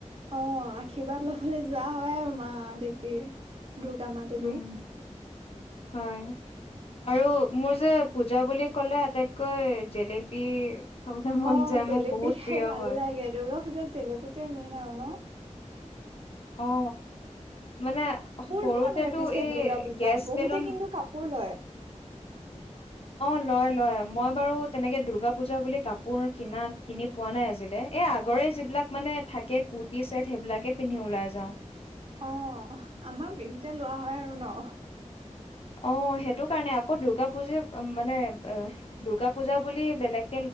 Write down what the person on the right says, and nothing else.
অ', আশীৰ্বাদ ল'বলৈ যোৱা হয়, আৰু মা দেৱীৰ দুৰ্গা মা দেৱীৰ
অ
জেলেপি
খাই
ভাল
লাগে দুৰ্গা পূজাত জেলেপী টোৱে মেইন আৰু ন?
কাপোৰ
লোৱা নাই পিছে
দুৰ্গা পূজাত
বহুতে
কিন্তু কাপোৰ লয়
অ আমাৰ বিহুতে লোৱা হয় আৰু ন?